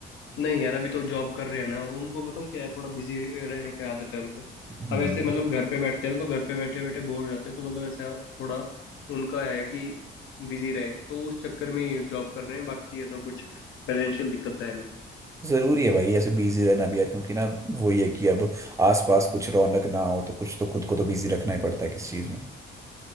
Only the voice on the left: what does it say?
नहीं यार अभी तो जॉब कर रहे हैं ना उनको बताऊँ क्या है थोड़ा बिजी रहने की आदत है उनको
अब ऐसे मतलब घर पे बैठते हैं ना तो घर पे बैठे बैठे बोर हो जाते हैं तो मतलब ऐसा थोड़ा उनका है कि बिजी रहे तो उस चक्कर में ये जॉब कर रहे हैं बाकी ऐसा कुछ फाइनेंशियल दिक्कत तो है नहीं